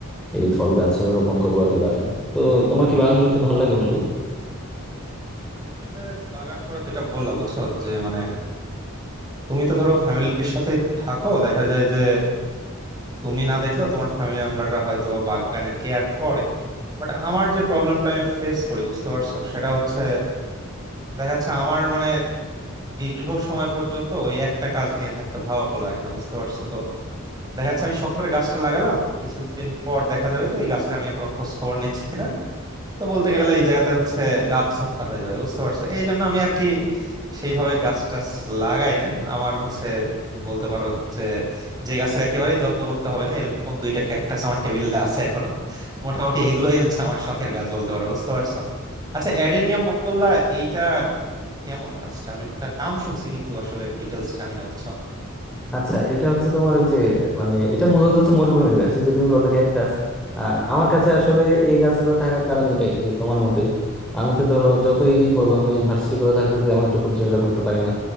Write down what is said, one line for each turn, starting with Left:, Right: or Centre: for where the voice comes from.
Centre: এই ফল গাছও রোপণ করবো আর কি বাগানে তো তোমার কি বাগান করতে ভালো লাগে বন্ধু
Right: আসলে বাগান করা যেটা বললা বুঝছো যে মানে তুমি তো ধরো ফ্যামিলির সাথে থাকো দেখা যায় যে তুমি না দেখলেও তোমার ফ্যামিলি মেম্বাররা হয়তো বা বাগানের কেয়ার করে বাট আমার যে প্রবলেমটা আমি ফেস করি বুঝতে পারছো সেটা হচ্ছে দেখা যাচ্ছে আমার মানে দীর্ঘ সময় পর্যন্ত ওই একটা কাজ নিয়ে থাকতে ভালো লাগে না বুঝতে পারছো দেখা যাচ্ছে আমি শখ করে গাছটা লাগালাম কিছুদিন পর দেখা যাবে যে ওই গাছের আমি আর কোনো খোঁজ খবর নিচ্ছি না তো বলতে গেলে এই জায়গাতে হচ্ছে গাছ হত্যা হয়ে যাবে বুঝতে পারছো এই জন্য আমি আর কি সেইভাবে গাছ টাছ লাগাই না আমার হচ্ছে বলতে পারো যে যে গাছের একেবারেই যত্ন করতে হবে না এরকম দুইটা ক্যাকটাস আমার টেবিলে আছে এখনো মোটামুটি এগুলোই হচ্ছে আমার শখের গাছ বলতে পারো বুঝতে পারছো আচ্ছা অ্যাডেনিয়াম বললা এইটা মানে কেমন গাছটা আমি নাম শুনছি কিন্তু আসলে ডিটেলস জানি না বুঝছো
Centre: আচ্ছা এটা হচ্ছে তোমার ওই যে মানে এটা মূলত হচ্ছে মরুভূমির গাছ এই যে তুমি বললে ক্যাকটাস আহ আমার কাছে আসলে এই গাছগুলো থাকার কারণ এটাই যে তোমার মতোই আমি তো ধরো যতই বলো এই ভার্সিটি কথা থাকলে তো তেমন একটা পরিচর্যা করতে পারি না